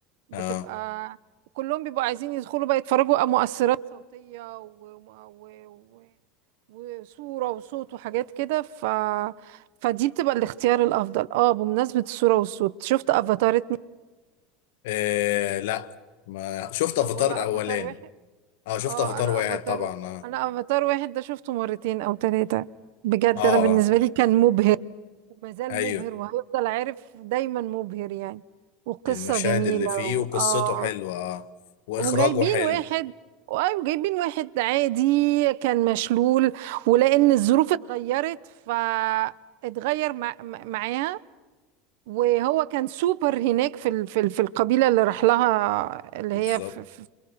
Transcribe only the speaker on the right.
بتبقى
كلهم بيبقوا عايزين يدخلوا بقى يتفرجوا على مؤثرات صوتية و... و... و... وصورة وصوت وحاجات كده ف... فدي بتبقى الاختيار الأفضل اه بمناسبة الصورة والصوت شفت افاتار اتنين
طب ولا
افاتار واحد
اه
انا
افاتار
انا افاتار واحد ده شفته مرتين او ثلاثة بجد
انا بالنسبة لي كان مبهر وما زال
مبهر وهيفضل عارف دايما مبهر يعني وقصة
جميلة
و...
اه
وجايبين
واحد وايوه جايبين واحد عادي كان مشلول ولان الظروف اتغيرت فاتغير مع... مع- معاها وهو كان سوبر هناك في ال... في ال... في القبيله اللي راح لها اللي
هي في, في...